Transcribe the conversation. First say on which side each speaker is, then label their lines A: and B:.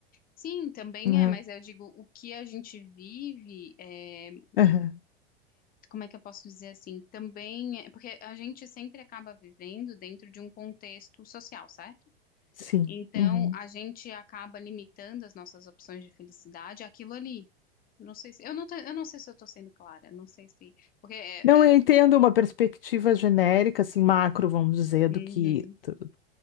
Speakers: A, on the left; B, on the left.
A: Sim, também
B: né?
A: é, mas eu digo, o que a gente vive, eh, n-
B: Aham,
A: como é que eu posso dizer assim? Também é, porque a gente sempre acaba vivendo dentro de um contexto social, certo?
B: Sim.
A: Então,
B: Uhum.
A: a gente acaba limitando as nossas opções de felicidade àquilo ali. Não sei se, eu não, tô- eu não sei se eu estou sendo clara, não sei se porque é,
B: Não, eu entendo uma perspectiva genérica, assim, macro, vamos dizer,
A: Uhum,
B: do que do-